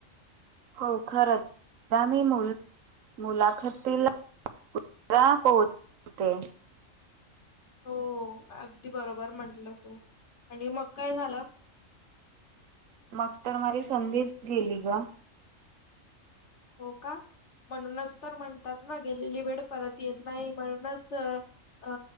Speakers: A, on the right; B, on the left.
A: हो खरंच आगामी मुल मुलाखतीला <unintelligible> पोहचते
B: हो अगदी बरोबर म्हटलं तू आणि मग काय झालं.
A: मग तर माझी संधीच गेली ग.
B: हो का म्हणूनच तर म्हणतात ना गेलेली वेळ परत येत नाही म्हणूनच अ